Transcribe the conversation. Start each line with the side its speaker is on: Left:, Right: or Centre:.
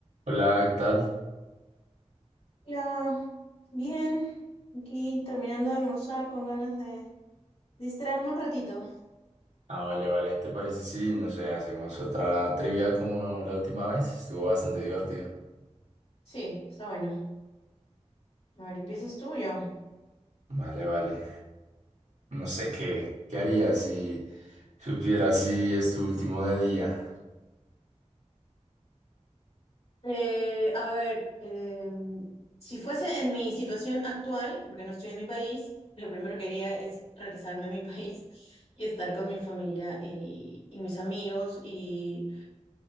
Right: Hola, ¿qué tal?
Left: Hola, bien, aquí terminando de almorzar con ganas de distraerme un ratito.
Right: Ah, vale, vale. ¿Te parece si, no sé, hacemos otra trivia como la última vez? Estuvo bastante divertido.
Left: Sí, está bueno. A ver, empiezas tú o yo.
Right: Vale, vale. No sé qué, qué harías si supieras si es tu último de día.
Left: Eh, a ver, eh, si fuese en mi situación actual, porque no estoy en mi país, lo primero que haría es regresarme a mi <laughs> país y estar con mi familia y, y mis amigos y